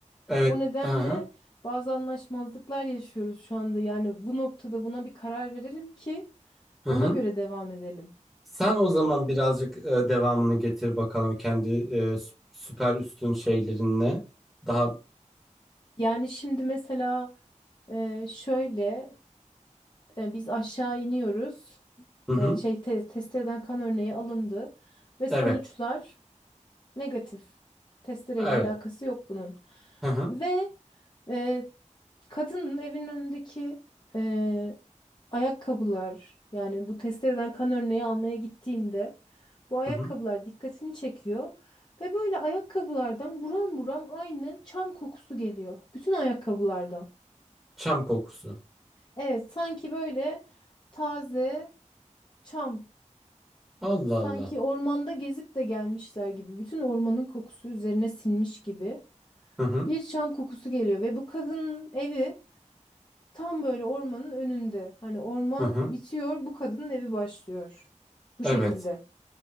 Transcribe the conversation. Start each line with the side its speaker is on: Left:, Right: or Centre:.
Centre: Evet.
Left: O nedenle
Centre: Hı hı.
Left: bazı anlaşmazlıklar yaşıyoruz şu anda. Yani bu noktada buna bir karar verelim ki
Centre: Hı
Left: ona
Centre: hı.
Left: göre devam edelim.
Centre: Sen o zaman birazcık e, devamını getir bakalım kendi e, sü- süper üstün şeylerinle. Daha
Left: Yani şimdi mesela e, şöyle. E, biz aşağı iniyoruz.
Centre: hı hı.
Left: E, şey te- testereden kan örneği alındı ve sonuçlar
Centre: Evet.
Left: negatif. Testereyle
Centre: Evet.
Left: alakası yok bunun.
Centre: Hı hı.
Left: Ve e, kadının evinin önündeki e, ayakkabılar yani bu testereden kan örneği almaya gittiğinde bu ayakkabılar
Centre: Hı hı.
Left: dikkatini çekiyor ve böyle ayakkabılardan buram buram aynı çam kokusu geliyor. Bütün ayakkabılardan.
Centre: Çam kokusu.
Left: Evet, sanki böyle taze Çam
Centre: Allah
Left: Sanki
Centre: Allah.
Left: ormanda gezip de gelmişler gibi. Bütün ormanın kokusu üzerine sinmiş gibi.
Centre: Hı hı.
Left: Bir çam kokusu geliyor ve bu kadının evi tam böyle ormanın önünde. Hani orman
Centre: Hı hı.
Left: bitiyor, bu kadının evi başlıyor. Bu
Centre: Evet.
Left: şekilde.